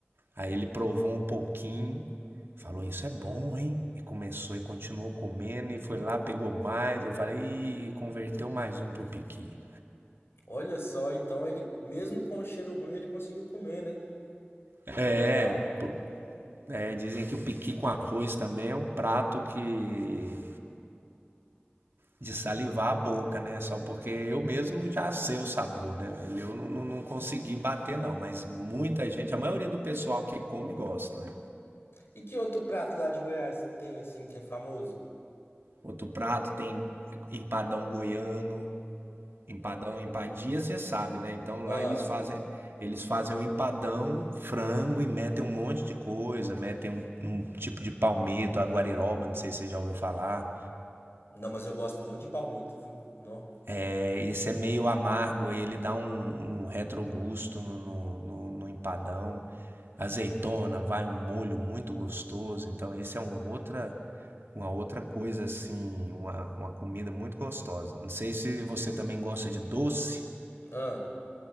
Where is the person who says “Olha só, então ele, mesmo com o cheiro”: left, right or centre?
Left